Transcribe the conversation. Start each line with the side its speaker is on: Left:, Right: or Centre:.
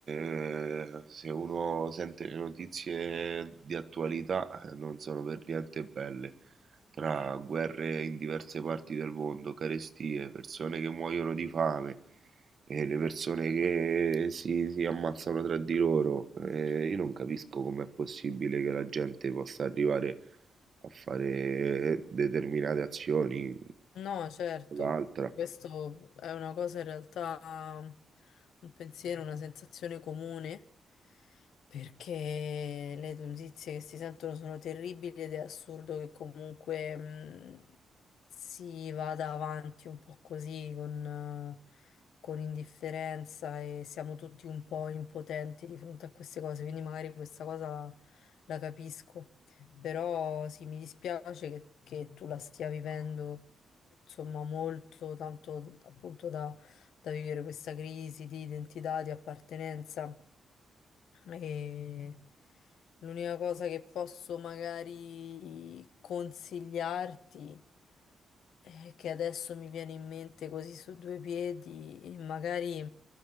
Right: eh, se uno sente le notizie di attualità, eh, non sono per niente belle. Tra guerre in diverse parti del mondo, carestie, persone che muoiono di fame, e le persone che si, si ammazzano tra di loro, eh, io non capisco com'è possibile che la gente possa arrivare a fare determinate azioni,
Left: No, certo,
Right: l'altra.
Left: questo è una cosa in realtà, un pensiero, una sensazione comune, perché le notizie che si sentono sono terribili ed è assurdo che comunque mh, si vada avanti un po' così con, eh, con indifferenza e siamo tutti un po' impotenti di fronte a queste cose, quindi magari questa cosa la, la capisco, però sì, mi dispiace che che tu la stia vivendo insomma molto, tanto appunto da, da vivere questa crisi di identità, di appartenenza. E l'unica cosa che posso magari consigliarti è che adesso mi viene in mente così su due piedi e magari